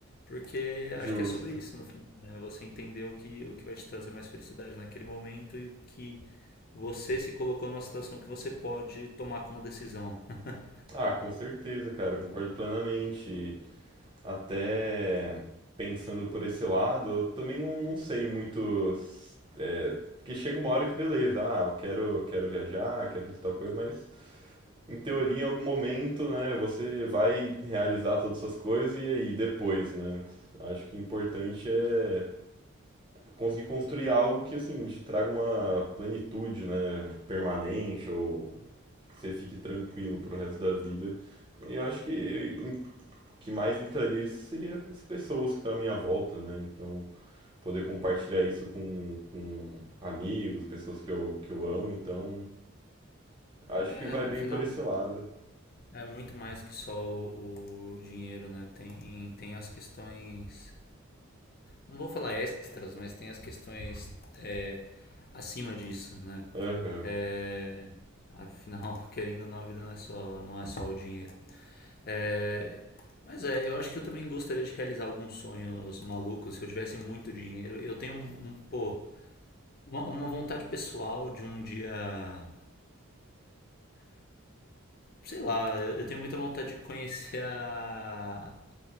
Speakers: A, on the left; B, on the right.
A: porque
B: Justo.
A: acho que é sobre isso no final, né? Você entender o que, o que vai te trazer mais felicidade naquele momento e o que você se colocou numa situação que você pode tomar como decisão. <laughs>
B: Ah, com certeza, cara, eu concordo plenamente. Até pensando por esse lado, eu também não, não sei muito. É, porque chega uma hora que beleza, ah, eu quero, quero viajar, quero fazer tal coisa, mas. em teoria, em algum momento, né, você vai realizar todas essas coisas e aí depois, né? Acho que o importante é conseguir construir algo que, assim, te traga uma plenitude, né, permanente ou que você fique tranquilo pro resto da vida. E eu acho que o que mais me traria isso seria as pessoas que estão à minha volta, né? Então, poder compartilhar isso com, com amigos, pessoas que eu, que eu amo. Então, acho
A: É,
B: que vai bem
A: no final
B: por esse lado.
A: é muito mais que só o, o dinheiro, né? Tem, tem as questões não vou falar extras, mas tem as questões é, acima disso, né?
B: Aham.
A: É, afinal, <laughs> querendo ou não, a vida não é só, não é só o dinheiro. É, mas é, eu acho que eu também gostaria de realizar alguns sonhos malucos. Se eu tivesse muito dinheiro, eu tenho um, um, pô, uma, uma vontade pessoal de um dia Sei lá, eu, eu tenho muita vontade de conhecer a,